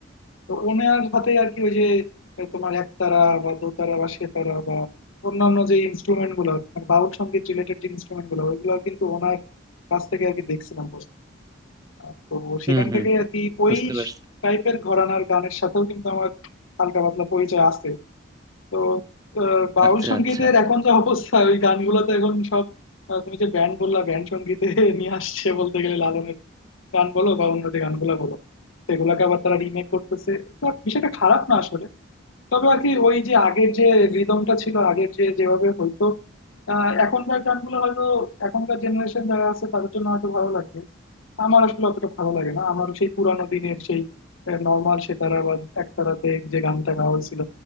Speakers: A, on the left; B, on the right.
A: তো ওনার হাতে আর কি ওই যে তোমার একতারা বা দোতারা বা সেতারা বা অন্যান্য যে ইনস্ট্রুমেন্ট গুলো বাউল সঙ্গীত রিলেটেড যে ইনস্ট্রুমেন্ট গুলো ওইগুলো কিন্তু ওনার কাছ থেকে আর কি দেখছিলাম বসে। আহ, তো
B: হুম
A: সেখান
B: হুম
A: থেকে
B: হুম,
A: আর কি ওই
B: বুঝতে পারছি
A: টাইপের ঘরানার গানের সাথেও কিন্তু আমার হালকা পাতলা পরিচয় আছে তো আহ, বাউল
B: আচ্ছা
A: সংগীতের
B: আচ্ছা
A: এখন যা অবস্থা ওই গানগুলো তো এখন সব আহ, তুমি যে ব্যান্ড বললা ব্যান্ড সংগীতে <laughs> নিয়ে আসছে বলতে গেলে লালনের গান বলো বা অন্য যে গানগুলো বলো সেগুলোকে আবার তারা রিমেক করতেছে তো বিষয়টা খারাপ না আসলে তবে আর কি ওই যে আগের যে রিদমটা ছিল আগের যে যেভাবে হয়তো আহ, এখনকার গানগুলো হয়তো এখনকার জেনারেশন যারা আছে তাদের জন্য হয়তো ভালো লাগবে আমার আসলে অতটা ভালো লাগে না আমার সেই পুরানো দিনের সেই নর্মাল সেতারা বা একতারাতে যে গানটা গাওয়া হয়েছিল